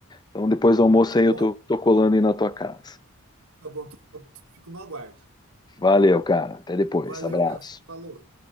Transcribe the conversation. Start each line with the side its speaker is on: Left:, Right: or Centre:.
Left: Então depois do almoço
Right: Tá
Left: aí
Right: bom?
Left: eu tô, tô colando aí na tua casa.
Right: Tá bom, tô- fico no aguardo.
Left: Valeu, cara. Até depois.
Right: Valeu,
Left: Abraço.
Right: cara. Falou.